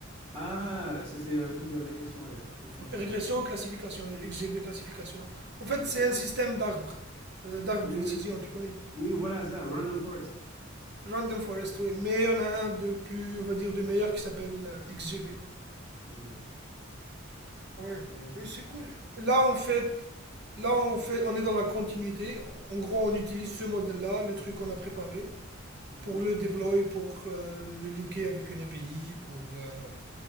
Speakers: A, on the right (about 30°); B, on the right (about 55°).
A: Ah, ça, c'est un truc de régression, ouais, Régression linéaire.
B: Régression, classification, XGB classification. En fait, c'est
A: Ok.
B: un système d'arbres, euh, d'arbres
A: Oui,
B: de décision,
A: oui.
B: tu connais.
A: Oui, voilà ça, Random Forest.
B: Random Forest, ouais. Mais on a un de plus, on va dire, de meilleur qui s'appelle euh, XGB.
A: Ok.
B: Ouais,
A: Euh,
B: mais c'est cool. Là, en fait, là, on fait, on est dans la continuité. En gros, on utilise ce modèle-là, le truc qu'on a préparé.
A: mhm,
B: pour le déploy, pour euh, le linker avec une API, pour euh,